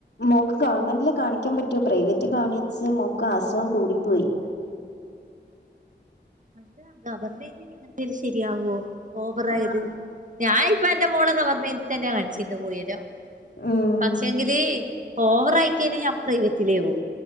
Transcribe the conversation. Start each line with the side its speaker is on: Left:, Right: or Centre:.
Left: മോക്ക് ഗവൺമെന്റില് കാണിക്കാൻ പറ്റോ പ്രൈവറ്റ് കാണിച്ച് മോക്ക് അസുഖം കൂടിപ്പോയി.
Right: അന്താ ഗവർമെന്റ് ഇങ്ങനത്തേും ശരിയാവുവോ ഓവറ
Left: ഉം
Right: ആയത്.. ഞാനൻ ഇപ്പ എന്റെറെ മോള ഗവർമെന്റി തന്നെ കാണിച്ചുന്ന് പോയിരോ.
Left: ഉം
Right: പക്ഷെങ്കില് ഓവറ ആയിക്കയ്ഞ്ഞ ഞാൻ പ്രൈവത്തിലേവും.